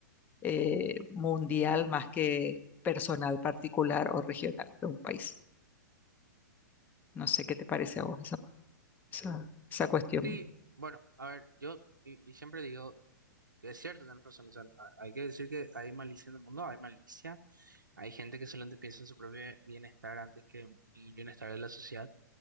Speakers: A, on the left; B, on the right.
A: eh, mundial más que personal, particular o regional de un país. No sé qué te parece a vos esa, esa, esa cuestión.
B: Sí, bueno, a ver, yo y, y siempre digo, es cierto, tienes razón, o sea, a- hay que decir que hay malicia en el mundo, hay malicia, hay gente que solamente piensa en su propio bienestar antes que en el bienestar de la sociedad,